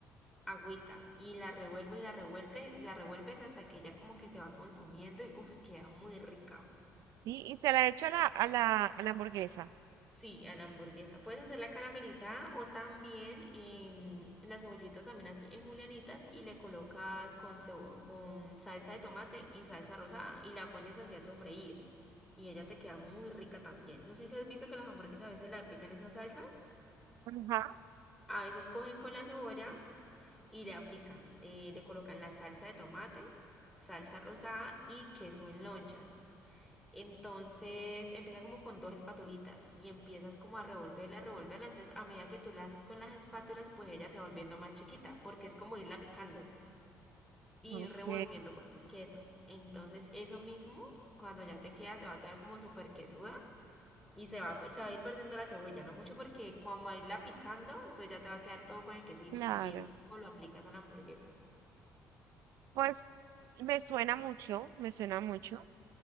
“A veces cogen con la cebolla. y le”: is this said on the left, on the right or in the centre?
Centre